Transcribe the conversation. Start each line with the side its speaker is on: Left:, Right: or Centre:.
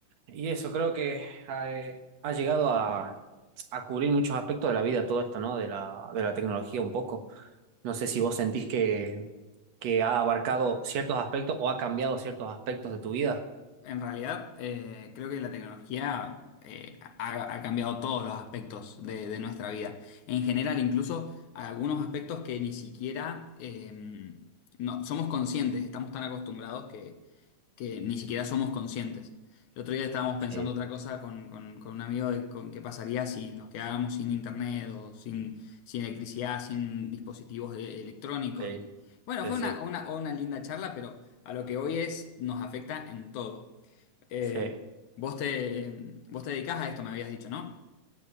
Right: Y eso creo que eh, ha, llegado a, a cubrir muchos aspectos de la vida, todo esto, ¿no? De la, de la tecnología un poco. No sé si vos sentís que, que ha abarcado ciertos aspectos o ha cambiado ciertos aspectos de tu vida.
Left: En realidad, eh, creo que la tecnología eh, ha, ha cambiado todos los aspectos de, de nuestra vida. En general, incluso algunos aspectos que ni siquiera eh, no, somos conscientes, estamos tan acostumbrados que, que ni siquiera somos conscientes. El otro día estábamos pensando
Right: Sí,
Left: otra cosa con, con- con un amigo de con qué pasaría si nos quedáramos sin internet o sin, sin electricidad, sin dispositivos eh, electrónicos.
Right: sí,
Left: Bueno,
Right: sí,
Left: fue
Right: sí,
Left: una, una, una linda charla, pero a lo que hoy es, nos afecta en todo. Eh,
Right: sí.
Left: vos te, vos te dedicás a esto, me habías dicho, ¿no?